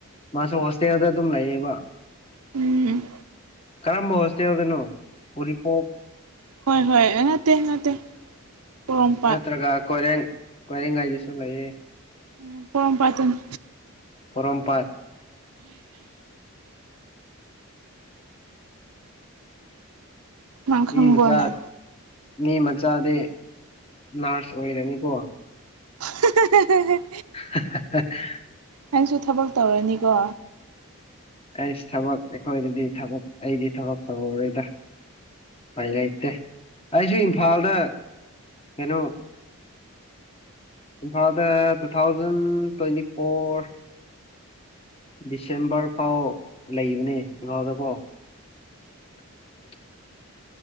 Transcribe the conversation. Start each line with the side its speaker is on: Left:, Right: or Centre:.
Left: ꯃꯥꯁꯨ ꯍꯣꯁꯇꯦꯜꯗ ꯑꯗꯨꯝ ꯂꯩꯌꯦꯕ
Right: ꯎꯝ
Left: ꯀꯔꯝꯕ ꯍꯣꯁꯇꯦꯜꯗꯅꯣ ꯎꯔꯤꯄꯣꯛ
Right: ꯍꯣꯏ ꯍꯣꯏ ꯅꯠꯇ ꯅꯠꯇꯦ ꯄꯣꯔꯣꯝꯄꯥꯠ
Left: ꯅꯠꯇ꯭ꯔꯒ ꯀꯣꯏꯔꯦꯡ ꯀꯣꯏꯔꯦꯡꯒꯥꯏꯗꯁꯨ ꯂꯩꯌꯦ
Right: ꯎꯝ ꯄꯣꯔꯣꯃ ꯄꯥꯠꯇꯅꯤ
Left: ꯄꯣꯔꯣꯝꯄꯥꯠ
Right: ꯅꯪ ꯈꯪꯕ꯭ꯔꯣꯅꯦ
Left: ꯃꯤ ꯃꯆꯥꯥ ꯃꯤ ꯃꯆꯥꯥꯗꯦ ꯅꯔꯁ ꯑꯣꯏꯔꯅꯤꯀꯣ
Right: ꯍ <unintelligible>
Left: <unintelligible> <inaudible>
Right: ꯅꯪꯁꯨ ꯊꯕꯛ ꯇꯧꯔꯅꯤꯀꯣ
Left: ꯑꯩꯁ ꯊꯕꯛ ꯑꯩꯈꯣꯏꯗꯗꯤ ꯊꯕꯛ ꯑꯩꯗꯤ ꯊꯕ ꯇꯧꯔꯔꯣꯏꯗ ꯐꯩ ꯂꯩꯇꯦ ꯑꯩꯁꯨ ꯏꯝꯐꯥꯜꯗ ꯀꯩꯅꯣ ꯏꯝꯐꯥꯗ two thousand twenty four December ꯐꯥꯎ ꯂꯩꯕꯅꯦ ꯏꯪꯐꯥꯜꯗꯀꯣ <unintelligible>